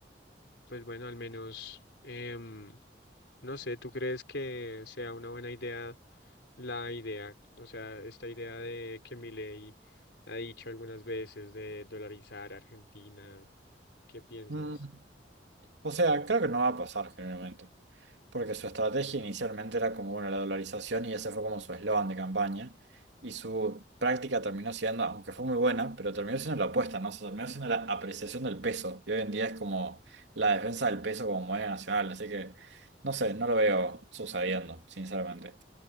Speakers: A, on the left; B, on the right.
A: pues bueno, al menos, em, no sé, ¿tú crees que sea una buena idea la idea, o sea, esta idea de que Milei ha dicho algunas veces de dolarizar Argentina? ¿Qué piensas?
B: Mm, O sea, creo que no va a pasar generalmente. Porque su estrategia inicialmente era como, bueno, la dolarización y ese fue como su eslogan de campaña. Y su práctica terminó siendo, aunque fue muy buena, pero terminó siendo la opuesta, ¿no? O sea, terminó siendo la apreciación del peso. Y hoy en día es como la defensa del peso como moneda nacional. Así que, no sé, no lo veo sucediendo, sinceramente.